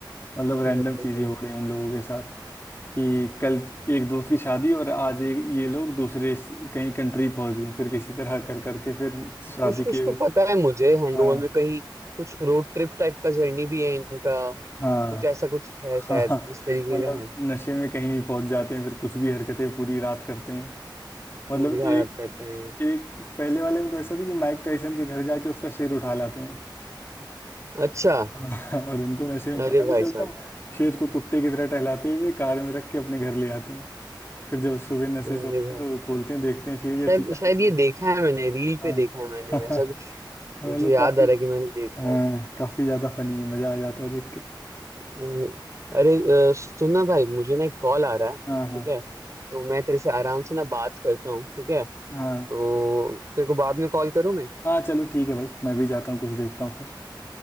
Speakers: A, on the left; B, on the right.
A: मतलब रैंडम
B: हम्म
A: चीजें
B: हम्म।
A: हो रही हैं उन लोगों के साथ कि कल एक दोस्त की शादी और आज ये ये लोग दूसरे स- कहीं कंट्री पहुंच गए फिर किसी तरह कर करके फिर शादी
B: कुछ कुछ
A: के
B: तो पता है मुझे हैंगओवर
A: हाँ
B: में कहीं कुछ रोड ट्रिप टाइप का जर्नी भी है इनका
A: हाँ
B: कुछ ऐसा कुछ है
A: हाँ
B: शायद इस तरीके
A: मतलब
B: का है
A: नशे में कहीं भी पहुंच जाते हैं फिर कुछ भी हरकतें पूरी रात करते हैं मतलब
B: भूल गया
A: एक
B: याद करते हैं
A: एक पहले वाले में तो ऐसा था कि माइक टाइसन के घर जाके उसका सिर उठा लाते हैं
B: अच्छा
A: <laughs> हाँ, और उनको नशे में पता
B: अरे भाई
A: नहीं चलता
B: साहब
A: शेर को कुत्ते की तरह टहलाते हुए कार में रख के अपने घर ले आते हैं फिर जब सुबह नशे
B: अरे
A: से उठते
B: भाई
A: हैं तो खोलते हैं देखते हैं शेर या
B: शायद
A: चीता कुछ
B: शायद
A: नहीं
B: ये देखा है मैंने रील
A: हाँ
B: पे देखा है मैंने
A: <laughs>
B: ऐसा कुछ
A: मतलब
B: मुझे याद
A: काफी
B: आ रहा है कि मैंने देखा
A: हाँ
B: है
A: काफी ज्यादा फनी है मजा आ जाता है देख के
B: हम्म, अरे अ, सुनना भाई मुझे ना एक कॉल आ रहा है ठीक
A: हाँ हाँ
B: है तो मैं तेरे से आराम से ना बात करता हूँ ठीक है
A: हाँ
B: तो तेरे को बाद में कॉल करूँ मैं
A: हाँ चलो ठीक है भाई मैं भी जाता हूँ कुछ देखता हूँ फिर